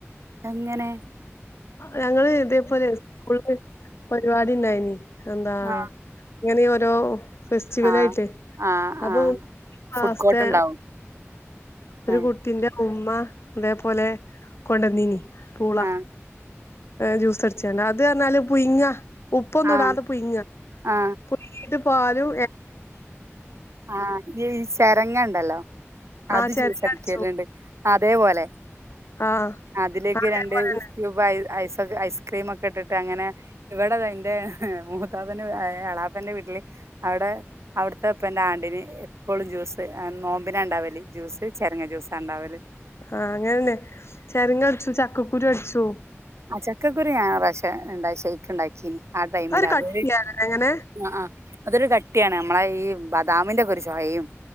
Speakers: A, on the right; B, on the left.
A: എങ്ങനെ?
B: ഞങ്ങള് ഇതേപോലെ സ്കൂള്ില് പരിപാടി ഉണ്ടായിന്, എന്താ
A: ആ
B: ഇങ്ങനെ ഓരോ ഫെസ്റ്റിവൽ
A: ആ
B: ആയിട്ട്
A: ആ
B: അപ്പൊ
A: ആ
B: ക്ലാസ്സ്തേ
A: ഫുഡ് കോർട്ട് ഉണ്ടാവും.
B: ഒരു
A: ആ
B: കുട്ടീന്റെ അമ്മ അതേപോലെ കൊണ്ടന്നനി പൂള.
A: ആ
B: ജ്യൂസ് അടിച്ചണ്ട അത് പറഞ്ഞാല് പുഴുങ്ങാം ഉപ്പൊന്നും
A: ആ
B: ഇടാതെ പുയിങ്ങ
A: ആ
B: പുങ്ങീട്ട പല്ലും
A: ആ ചരങ്ങ ഉണ്ടല്ലോ
B: ആഹ്
A: അത്
B: ചെരങ്ങടിച്ചു
A: ചൂസടിക്കലണ്ട് അതപലെ
B: ആഹ്
A: അതിലേക്ക്
B: അതേപോലെന്നെ
A: രണ്ട് സ്ക്യുബ ഐസ് ഐസ്ക്രീമ ഒക്കെ ഇട്ടിട്ട് അങ്ങനെ ഇവിടെ എന്റെ മൂത്താപ്പന്റെ എളാപ്പൻന്റെ വീട്ടില് അവിടെ അവിടുത്തെ ഉപ്പാന്റെ ആണ്ടിനന്, ഇപ്പോളും ജ്യൂസ് നോമ്പിന ഉണ്ടാവല് ജ്യൂസ് ചെരങ്ങ ജ്യൂസ ഉണ്ടാവല്.
B: ആ അങ്ങനെന്നെ ചെറങ്ങ അടിച്ചു ചക്കക്കുരു അടിച്ചു
A: ആ ചക്കക്കുറി ഞാൻ ഇണ്ട ശേക്ക് ഉണ്ടാക്കീന്. ആ ടൈമിൽ
B: അത് ഒരു
A: അതൊ
B: കട്ടിയാണ് എങ്ങനെ
A: ആ ആ അതൊരു ക കുട്ടിയാണ് നമ്മളെ ഈ ബദാമിന്റെ ഒക്കെ ഒരു ചോയ്മ്